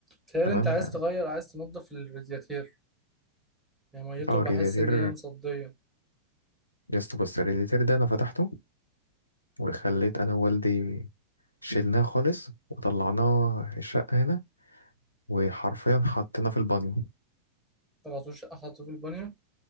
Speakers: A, in the centre; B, on the left.
A: تخيل
B: تمام
A: انت عايز
B: يعني
A: تغير عايز تنظف الرادياتير يعني ميته
B: اه
A: بحس
B: الرادياتير
A: ان هي مصدية
B: يا اسطى بص الرادياتير ده انا فتحته وخليت انا ووالدي شيلناه خالص وطلعناه الشقه هنا وحرفيا حطيناه في البانيو
A: طلعتوش شقة حطوه في البانيو